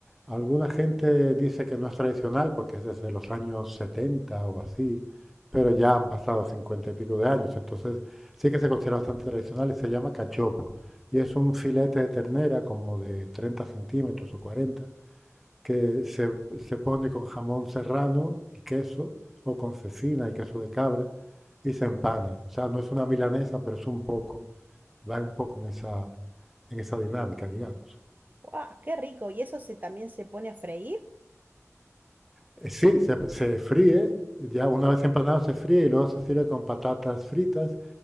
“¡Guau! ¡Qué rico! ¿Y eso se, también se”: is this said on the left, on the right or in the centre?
Right